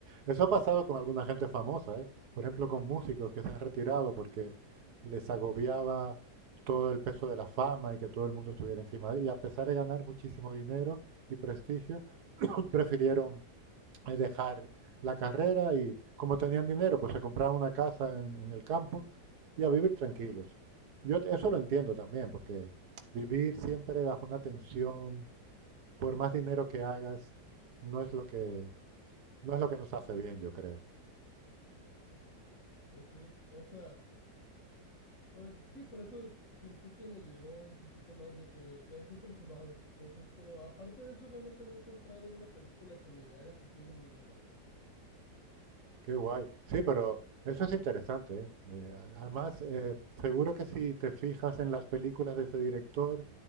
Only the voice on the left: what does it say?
Pues sí, o sea, por- sí, por eso sentí que me llegó un poquito más de que me, me dejó impresionado. Entonces, pero aparte de eso, realmente no he encontrado una película que me haga sentir lo mismo, la verdad.